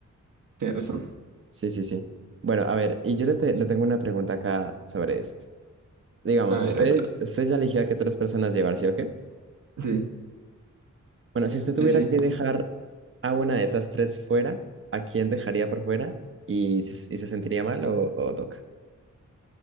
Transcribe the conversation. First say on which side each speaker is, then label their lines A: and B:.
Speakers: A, on the right; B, on the right.
A: Tienes razón.
B: Sí, sí, sí. Bueno, a ver, y yo le, te- le tengo una pregunta acá sobre esto. Digamos,
A: A
B: usted,
A: ver, otra.
B: usted ya eligió a qué tres personas llevar, ¿sí o qué?
A: Sí,
B: Bueno, si usted tuviera
A: sí, sí.
B: que dejar a una de esas tres fuera, ¿a quién dejaría por fuera? ¿Y, se- y se sentiría mal o, o toca?